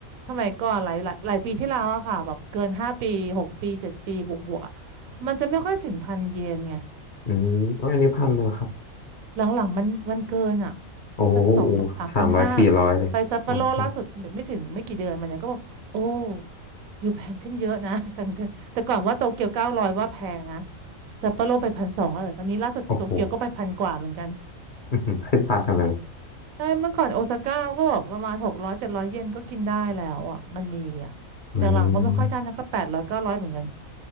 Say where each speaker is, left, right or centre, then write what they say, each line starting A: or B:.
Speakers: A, on the right; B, on the left.
A: สมัยก่อนหลายหลายหลายปีที่แล้วอะค่ะแบบเกินห้าปีหกปีเจ็ดปีบวกๆอะมันจะไม่ค่อยถึงพันเยนไง
B: อืมโอ้ยอันนี้พันหนึ่งเหรอครับ
A: หลังๆมันมันเกินอ่ะ
B: โอ้โห
A: พันสองพันสามพันห้า
B: สามร้อยสี่ร้อยเลยอืมก็
A: ไปซัปโปโรล่าสุดไม่ไม่ถึงไม่กี่เดือนมาเนี่ยก็บอกโอ้อยู่แพงขึ้นเยอะนะ <laughs> จังแต่แต่ก่อนว่าโตเกียวเก้าร้อยว่าแพงนะซัปโปโรไปพันสองแล้วเหรอตอนนี้ล่าสุดโตเกียวก็ไปพันกว่าเหมือนกัน
B: โอ้โหอื้อหือขึ้นตามกันไปเลย
A: ใช่เมื่อก่อนโอซาก้าก็แบบประมาณหกร้อยเจ็ดร้อยเยนก็กินได้แล้วอ่ะมันมีอ่ะหลังๆก็ไม่ค่อยได้นะก็แปดร้อยเก้าร้อยเหมือนกัน
B: อืม